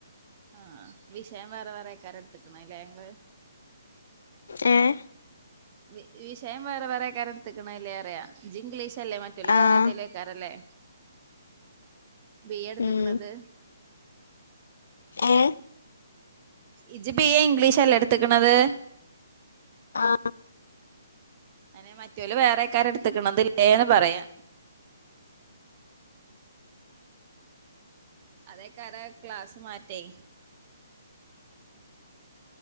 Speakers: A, on the right (about 35°); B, on the left (about 65°).
A: ആഹ് വിഷയം വേറെ വേറെ ക്കാരെട്ത്ത്ക്ക്ണ് ല്ലേ ങ്ങള്
B: ഏഹ്
A: വി വിഷയം വേറെ വേറെയ്ക്കാരട്തക്കണേ ലെ റിയ. ഇജ്ജ് ഇംഗ്ലീഷ് അല്ലേ മറ്റോല്
B: ആഹ്
A: വേറെ തെലോയ്ക്കാരലെ ബി എടുത്ത്ക്കണത്
B: ഉം ഏഹ്
A: ഇജ്ജ് ബി എ ഇംഗ്ലീഷല്ലേ എടുത്ത്ക്കണത്
B: ആഹ്
A: അനെ മറ്റോല് വേറെക്കാര്ട്ത് ക്കണലെന്ന് പറയാ അതേക്കാര ക്ലാസ് മാറ്റേ